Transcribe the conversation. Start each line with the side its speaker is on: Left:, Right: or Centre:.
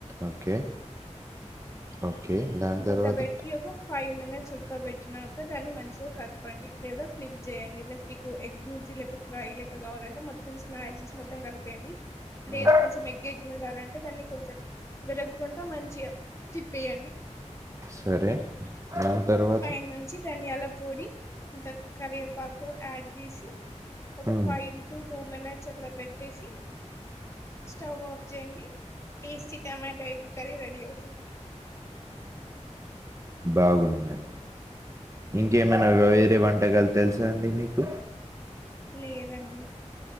Right: ఓకే ఓకే దాని
Left: మూత
Right: తరువాత
Left: పెట్టి ఒక ఫైవ్ మినిట్స్ ఉడకబెట్టినాక దాన్ని మంచిగా కలపండి లేదా స్కిప్ చేయండి. మీకు ఎగ్ బుర్జీ లేక వేరియస్ లేకుండా కావాలంటే మొత్తం స్మాష్ చేసి మొత్తం కలిపేయండి. లేదు
Right: ఉమ్,
Left: కొంచెం ఎగ్ ఎక్కువ ఉండాలంటే దాన్ని కొంచెం విర కుంటా మంచిగా తిప్పేయండి.
Right: సరే దాని తర్వాత
Left: పైన నుంచి ధనియాల పొడి ఇంత కరివేపాకు యాడ్ చేసి ఒక
Right: ఉమ్,
Left: ఫైవ్ టు టూ మినిట్స్ అట్లా పెట్టేసి స్టవ్ ఆఫ్ చేయండి tasty tomato egg curry ready అవుతుంది.
Right: బాగుంది అండి ఇంకేమైనా వేరే వంటకాలు తెలుసా అండి మీకు
Left: లేదండి